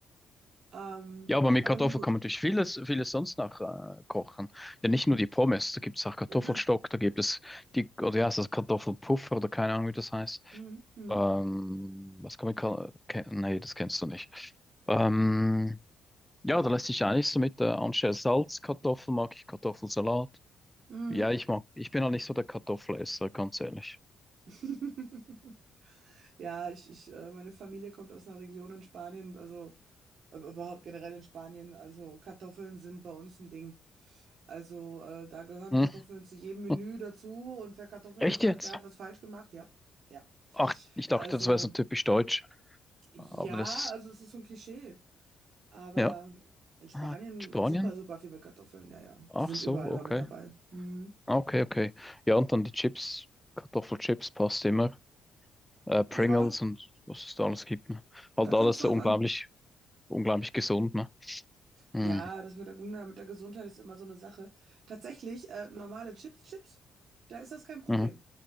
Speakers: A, on the right; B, in the centre.
A: Ähm,
B: Ja, aber mit
A: aber
B: Kartoffeln
A: nun gut.
B: kann man natürlich vieles, vieles sonst noch äh, kochen. Ja, nicht nur die Pommes, da gibt es auch Kartoffelstock,
A: Ja, klar.
B: da gibt es die, oder ja, das Kartoffelpuffer oder keine Ahnung, wie das heißt.
A: Mhm. Mhm.
B: Ähm, was kann man, ka- ke- nee, das kennst du nicht. Ähm, ja, da lässt sich eigentlich so mit äh, anstelle Salz, Kartoffeln mag ich Kartoffelsalat.
A: Mhm.
B: Ja, ich mag, ich bin auch nicht so der Kartoffelesser, ganz ehrlich.
A: <laughs> Ja, ich, ich, äh, meine Familie kommt aus einer Region in Spanien, also äh, überhaupt generell in Spanien. Also Kartoffeln sind bei uns ein Ding. Also äh, da gehören
B: Hm.
A: Kartoffeln zu jedem Menü
B: <laughs>
A: dazu und wer Kartoffeln
B: Echt
A: nicht
B: jetzt?
A: hat, der hat was falsch gemacht. Ja, ja.
B: Ach, ich dachte,
A: Also
B: das wäre so typisch deutsch.
A: ja,
B: Aber das ist,
A: also es ist so ein Klischee, aber
B: ja.
A: in Spanien
B: Ah, Spanien?
A: super, super viel mit Kartoffeln. Ja, ja,
B: Ach
A: die sind
B: so,
A: überall immer
B: okay.
A: mit dabei. Hm.
B: Ah, Okay, okay. Ja, und dann die Chips. Kartoffelchips passt immer. Äh, Pringles
A: Ja,
B: und was es da alles gibt. Ne? Halt
A: da kommt's
B: alles
A: drauf
B: so unglaublich,
A: an.
B: unglaublich gesund, ne? Hm.
A: Ja, das mit der, mit der Gesundheit ist immer so eine Sache. Tatsächlich, äh, normale Chips, Chips, da ist das kein Problem.
B: Mhm.